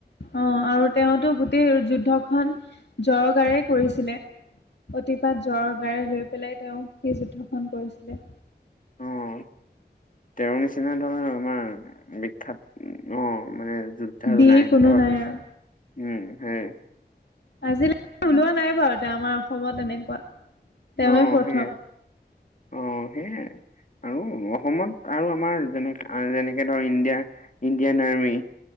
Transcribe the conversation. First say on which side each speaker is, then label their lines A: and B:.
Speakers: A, on the left (about 80°); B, on the left (about 50°).
A: অ', আৰু তেওঁতো গোটেই যুদ্ধখন জৰগাৰে কৰিছিলে। অতিপাত জ্বৰ গাৰে লৈ পেলাই তেওঁ সেই যুদ্ধখন কৰিছিলে।
B: উম তেওঁৰ নিচিনা ধৰ আমাৰ বিখ্যাত উ অ', মানে যুত ধাৰ আৰু
A: বীৰ
B: নাই,
A: কোনো
B: ধৰ
A: আৰু
B: উম সেই
A: আজিলৈকে ওলোৱা নাই বাৰু এতিয়া আমাৰ অসমত এনেকুৱা। তেওঁৱে
B: অ',
A: প্ৰথম
B: সেইয়াই অ', সেইয়াই। আৰু অসমত আৰু আমাৰ যেনেক আ যেনেকে ধৰ ইণ্ডিয়াৰ ইণ্ডিয়ান আৰ্মি।